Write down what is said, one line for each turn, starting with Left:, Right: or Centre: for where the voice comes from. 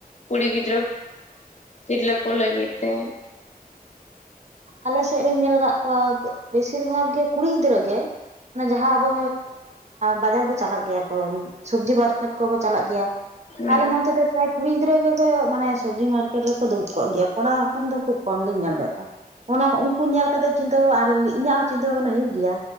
Left: ᱠᱩᱲᱤ ᱜᱤᱫᱽᱨᱟᱹ ᱛᱤᱨᱞᱟᱹ ᱠᱚ ᱞᱟᱹᱜᱤᱫ ᱛᱮ?
Right: ᱟᱞᱮ ᱥᱮᱫ ᱨᱤᱧ ᱧᱮᱞ ᱠᱟᱫᱚ ᱠᱚᱣᱟ᱾ ᱵᱮᱥᱤᱨ ᱵᱷᱟᱜᱽ ᱜᱮ ᱠᱩᱲᱤ ᱜᱤᱫᱽᱨᱟᱹ ᱜᱮ᱾ ᱢᱮ ᱡᱟᱦᱟᱸ ᱟᱵᱚ ᱵᱟᱡᱟᱨ ᱵᱚ ᱪᱟᱞᱟᱜ ᱜᱮᱭᱟ ᱠᱚ ᱥᱚᱵᱽᱡᱤ ᱵᱟᱨᱠᱮᱴ ᱮᱴ ᱠᱚᱠᱚ ᱪᱟᱞᱟᱜ ᱜᱮᱭᱟ᱾
Left: ᱦᱮᱸ
Right: ᱟᱞᱮ ᱱᱚᱛᱮ ᱫᱚ ᱯᱨᱟᱭ ᱠᱩᱲᱤ ᱜᱤᱫᱽᱨᱟᱹ ᱜᱮᱠᱚ ᱢᱟᱱᱮ ᱥᱚᱵᱽᱡᱤ ᱢᱟᱨᱠᱮᱴ ᱨᱮᱠᱚ ᱫᱩᱲᱩᱵ ᱠᱚᱜ ᱜᱮᱭᱟ᱾ ᱠᱚᱲᱟ ᱦᱚᱯᱚᱱ ᱫᱚ ᱠᱷᱩᱵ ᱠᱚᱢ ᱜᱤᱧ ᱧᱮᱞ ᱠᱮᱫ ᱠᱚᱣᱟ᱾ ᱚᱱᱟ ᱩᱱᱠᱩ ᱧᱮᱞ ᱠᱟᱛᱮ ᱪᱤᱱᱛᱟᱹ ᱵᱷᱟᱹᱵᱽᱱᱟ ᱤᱧᱟᱹᱜ ᱦᱚᱸ ᱪᱤᱱᱛᱟᱹ ᱵᱷᱟᱹᱵᱽᱱᱟ ᱦᱩᱭᱩᱜ ᱜᱮᱭᱟ,